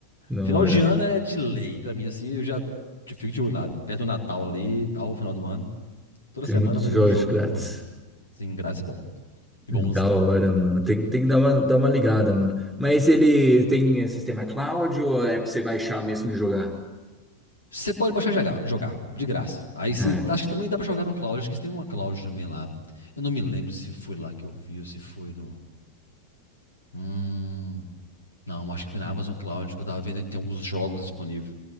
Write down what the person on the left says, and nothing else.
Final
de ano é de lei. Pra mim, assim, eu já eu fico de olho lá, perto do Natal ali e tal, final do ano. Toda
semana
vai
ter um jogo
bom, assim. Sem graça e bom.
E bons, né?
Você pode baixar e jogar, jogar, de graça. Aí você.
Acho que também dá pra jogar no cloud. Acho que tem uma cloud também lá. Eu não me lembro se foi lá que eu vi ou se foi no. Hum. Não, acho que foi na Amazon Cloud que eu tava vendo que tem alguns jogos disponíveis.